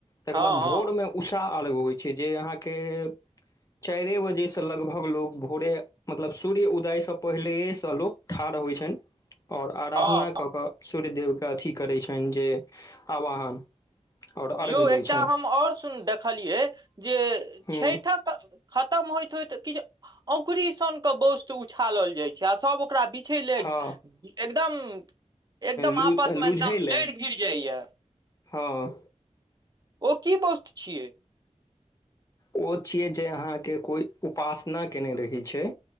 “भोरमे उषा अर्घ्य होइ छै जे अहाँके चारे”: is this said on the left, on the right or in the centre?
Left